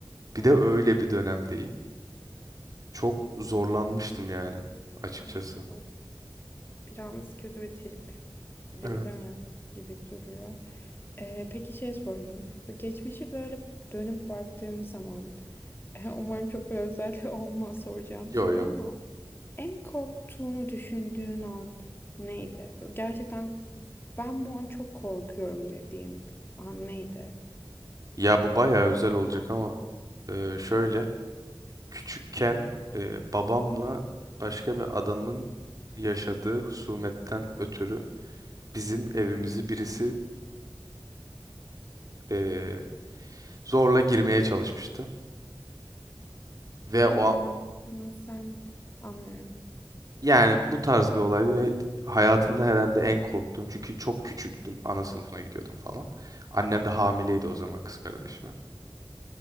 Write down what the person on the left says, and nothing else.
Evet.
evet. O Biraz kötü ve tripli
bir dönem gibi duruyor. Ee, peki şey sorayım. Bu geçmişi böyle dönüp baktığın zaman <laughs> umarım çok bir özel <laughs> olmaz soracağım
soru
ama En korktuğunu düşündüğün an neydi? Böyle Gerçekten ben bu an çok korkuyorum dediğin an neydi?
Bu
arada
anlatmazsan anlarım.